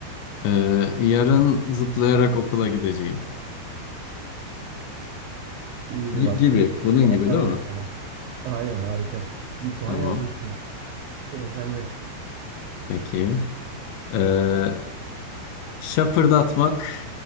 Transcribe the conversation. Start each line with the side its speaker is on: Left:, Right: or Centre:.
Left: Ee, yarın zıplayarak okula gideceğim.
Right: İyiydi
Left: Y-
Right: bak.
Left: gibi. Bunun
Right: Puan
Left: gibi değil
Right: yazdık
Left: mi?
Right: sana. Aynen harika. Bir puan
Left: Tamam.
Right: yazdık şimdi. Sıra sende.
Left: Peki. Ee, şapırdatmak